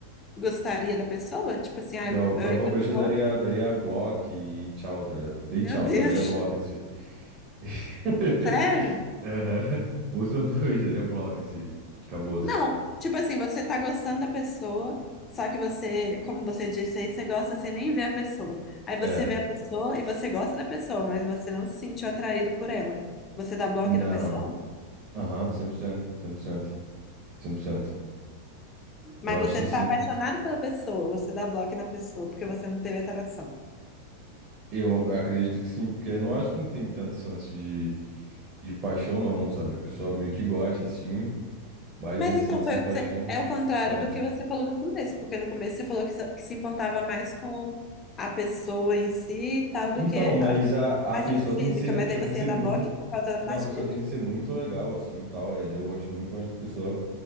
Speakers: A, on the left; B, on the right.
A: gostaria da pessoa? Tipo assim, ah,
B: não, provavelmente
A: eu ainda vou.
B: eu daria, daria bloco e tchau, tá ligado? Dei
A: Meu
B: tchau,
A: Deus,
B: só daria bloco, assim. <laughs>
A: <laughs> sério?
B: Aham. Muito provavelmente <laughs> daria bloco, assim, acabou-se.
A: Não, tipo assim, você tá gostando da pessoa, só que você, como você disse aí, você gosta sem nem ver a pessoa. Aí você
B: É,
A: vê a pessoa e você gosta da pessoa, mas você não se sentiu atraído por ela. Você dá bloco
B: não.
A: na pessoa?
B: Aham, cem por cento cem por cento, cem por cento. Eu
A: Mas
B: acho
A: você
B: que sim.
A: tá apaixonado pela pessoa, você dá bloco na pessoa, porque você não teve atração.
B: Eu, eu acredito que sim, porque eu não acho que não tem tanto esse lance de, de paixão, não, sabe? A pessoa meio que gosta, sim, mas
A: Mas
B: esse
A: então
B: lance
A: foi
B: de
A: o
B: paixão,
A: que você, é o contrário
B: sabe?
A: do que você falou no começo, porque no começo você falou que se que se importava mais com a pessoa em si e tal do
B: Então,
A: que
B: mas
A: a
B: a, a
A: Parte
B: pessoa tem
A: física,
B: que ser,
A: mas
B: a pessoa
A: aí você
B: tem que ser
A: ia dar
B: muito.
A: bloco por causa da
B: Não,
A: parte
B: a pessoa
A: física?
B: tem que ser muito legal, assim, e tal. e daí Eu gosto muito mais da pessoa